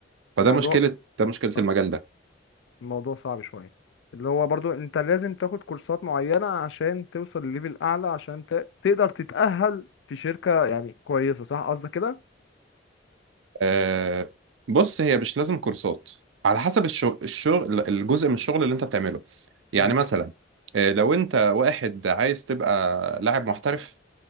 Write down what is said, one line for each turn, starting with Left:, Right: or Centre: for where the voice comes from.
Right: فده
Left: الموضوع
Right: مشكلة ده مشكلة
Left: آه.
Right: المجال ده
Left: الموضوع صعب شويه اللي هو برضو انت لازم تاخد كورسات معينه عشان توصل لليفل اعلى عشان ت... تقدر تتأهل في شركه يعني كويسه صح قصدك كده
Right: آه، بص هي مش لازم كورسات على حسب الشغل, الشغل الجزء من الشغل اللي انت بتعمله يعني
Left: امم
Right: مثلا
Left: يعني
Right: آه، لو انت واحد عايز تبقى لاعب محترف